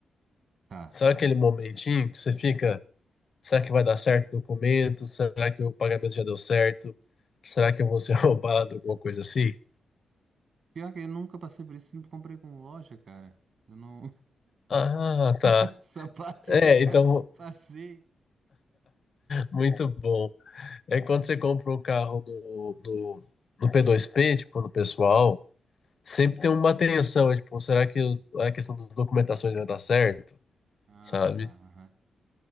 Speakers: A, on the right; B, on the left.
A: Tá.
B: Sabe aquele momentinho que você fica, será que vai dar certo o documento? Será que o pagamento já deu certo? Será que eu vou ser <laughs> roubado? Alguma coisa assim?
A: Pior que eu nunca passei por isso, sempre comprei com loja, cara. Eu não.
B: Ah, tá.
A: <laughs> Essa parte
B: É,
A: eu nunca
B: então,
A: passei.
B: muito bom. É quando você compra o carro do, do, do P2P, tipo, no pessoal, sempre tem uma atenção, é, tipo, será que o- a questão das documentações vai dar certo,
A: Ah,
B: sabe?
A: tá. aham.